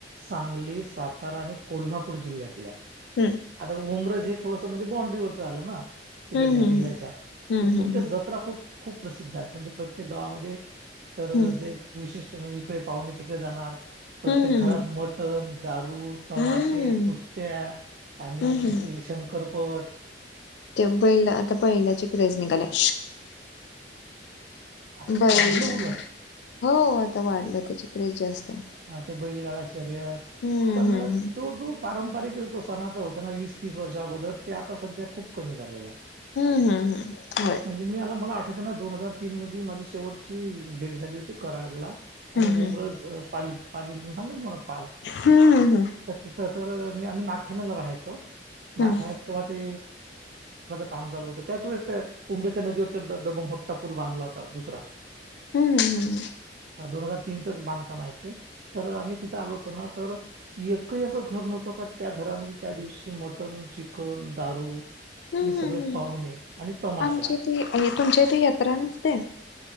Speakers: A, on the right (about 55°); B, on the left (about 70°).
A: सांगली सातारा आणि कोल्हापूर जिल्ह्यातल्या
B: हम्म
A: आता उमरज हे थोडस म्हणजे बाॉड्रीवरचं आलं ना तिकडच्या
B: हम्म हम्म
A: जिल्ह्याच्या
B: हम्म
A: तर तुमच्या जत्रा खूप खूप प्रसिद्ध आहेत म्हणजे ते गावामध्ये तर
B: हम्म
A: जे एक विशिष्ट म्ह इकडे पाहुणे तिकडे जाणार प्रत्येक
B: हम्म
A: घरात
B: हम्म
A: मटण दारू तमाशे
B: हम्म हम्म हम्म
A: कुस्त्या आणि
B: हम्म हम्म
A: ते शंकरपट
B: ते बैला आता बैलाची क्रेज निघाल्या
A: आता
B: बैला
A: ते वाढलं उलट
B: हो आता वाढलं त्याची क्रेज जास्त आहे.
A: हा ते बैलगाडा शर्यत
B: हम्म
A: पण
B: हम्म
A: तो जो पारंपरिक जो सणाचा होता ना वीस तीस वर्ष अगोदर ते आता सध्या खुप कमी झालेलं आहे
B: हम्म हम्म हम्म होय
A: म्हणजे मी आला मला ना दोन हजार तीन मध्ये माझी शेवटची भेट झाली होती कराडला आणि
B: हम्म
A: उमरज पाली पालील सांगलं तुम्हाला पाल
B: हम्म हम्म हम्म
A: तर तिथं तर आम्ही नागठाण्याला राहायचो नागठाण्यात
B: हम्म
A: तेव्हा ते काम चालू होत त्याच वेळे त्या उंमरजच्या नदीवर तर डबम मोट्टा पूल बांधला होता दुसरा
B: हम्म हम् हम्म
A: दोन हजार तीनच बांधकाम आहे. तर आम्ही तिथे आलो होतो ना तर एकही असं घर नव्हतं का त्या घरामध्ये त्या दिवशी मटन चिकन दारू
B: हम्म
A: आणि सगळे
B: हम्म
A: पाहुणे आणि तमाशा
B: आमच्या इथे तुमच्या इथे यात्रा नसते